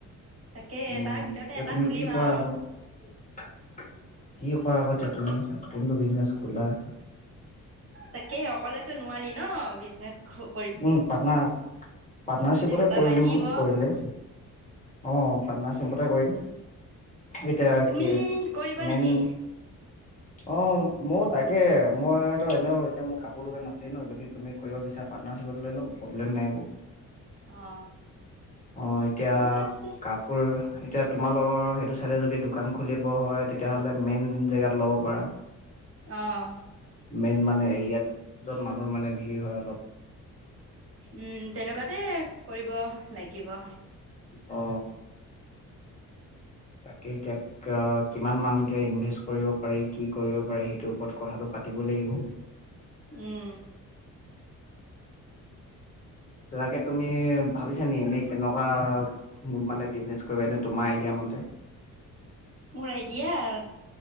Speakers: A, on the right; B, on the left.
A: তাকে
B: উম
A: তাৰ ভিতৰতে
B: এতিয়া
A: এটা
B: তুমি
A: খুলিম
B: কি কৰা
A: আৰু
B: আকৌ কি কৰা আকৌ এতিয়া তুমি কোনটো বিজনেছ খোলা
A: তাকেই অকলেতো নোৱাৰি ন বিজনেচ খু
B: উম পাৰ্টনাৰ পাৰ্টনাৰশ্বিপতে
A: এটা
B: কৰিম
A: লাগিব
B: কৰিলে অ পাৰ্টনাৰশ্বিপতে কৰিম এতিয়া
A: তুমি
B: কি
A: কৰিবা
B: মেইন
A: নেকি
B: অ মোৰ তাকে মইতো এনেও এতিয়া মোৰ কাপোৰ দোকান আছেই ন যদি তুমি কৰিব বিচাৰা পাৰ্টনাৰশ্বিপত লৈ লম প্ৰব্লেম নাই একো
A: অ
B: অহ এতিয়া
A: ঠিক আছে
B: কাপোৰ এতিয়া তোমালোকৰ সেইটো ছাইডে যদি দোকান খুলিব হয় তেতিয়াহ'লে মেইন জেগাত ল'ব পাৰা <inaudible>
A: অঁ
B: মেইন মানে এৰিয়াত য'ত মানুহ মানে ভিৰ হয় অলপ
A: উম তেনেকুৱাতে কৰিব লাগিব
B: অ তাকে এতিয়া এতিয়া কিমান মানকে ইনভেষ্ট কৰিব পাৰি কি কৰিব পাৰি সেইটোৰ ওপৰত কথাটো পাতিব লাগিব
A: উম
B: তাকে তুমি ভাবিছা নেকি এনেই কেনেকুৱা মোৰ মানে বিজনেছ কৰিবা এনে তোমাৰ আইডিয়া মতে
A: মোৰ আইডিয়াত